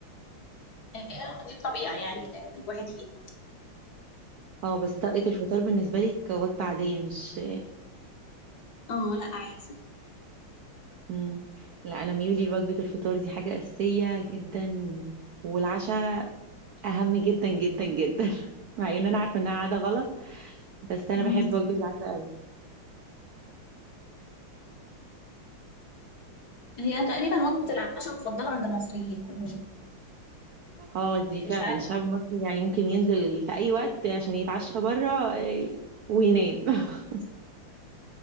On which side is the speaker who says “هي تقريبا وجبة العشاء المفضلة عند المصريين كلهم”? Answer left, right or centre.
Left